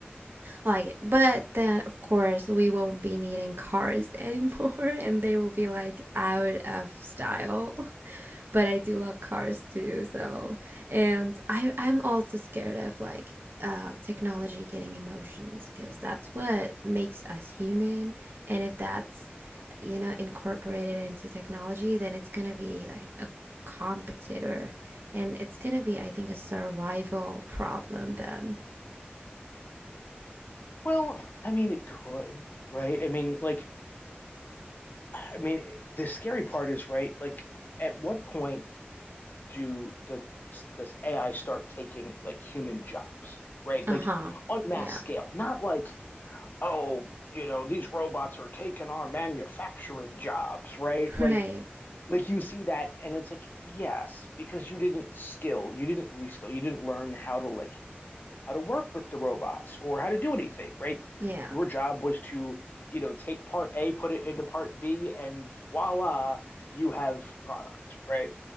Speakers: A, on the right (about 60°); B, on the left (about 50°).
A: Like, but then of course we won't be needing cars anymore <laughs> and they will be like out of style. <laughs> But I do love cars too, so and I I'm also scared of like uh technology getting emotions because that's what makes us human. And if that's you know, incorporate it into technology, then it's gonna be like a competitor. And it's gonna be, I think, a survival problem then.
B: Well, I mean, it could, right? I mean, like, I mean, the scary part is, right? Like, at what point do does does AI start taking like human jobs, right?
A: Uh-huh.
B: Like on mass
A: Yeah.
B: scale,
A: <laughs>
B: not like oh, you know, these robots are taking our manufacturing jobs, right? Like
A: Right.
B: like you see that and it's like, yes, because you didn't skill, you didn't reskill, you didn't learn how to like how to work with the robots or how to do anything, right?
A: Yeah.
B: Your job was to, you know, take part A, put it into part B, and voila, you have product, right?